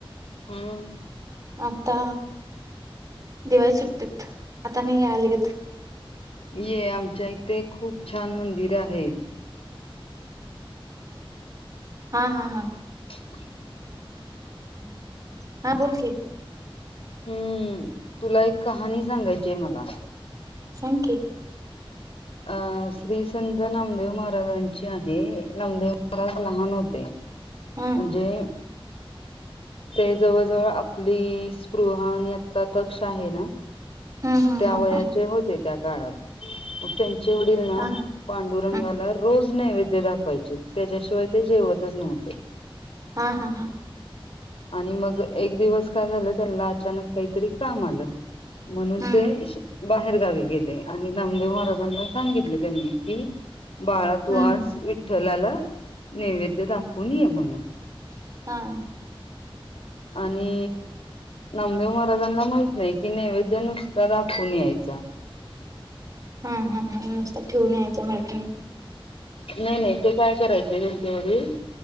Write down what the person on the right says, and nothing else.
आता दिवाळी सुट्टीत. आता नाही यायला येत.
हा हा हा.
<inaudible> हा बोल की.
सांग की.
हा
हम्म हम्म
हम्म
हम्म
हा हा
हा
हा हा हा.
हम्म
हम्म
हां.
हा, हा, हा नुसत ठेऊन यायचं माहीत नाही.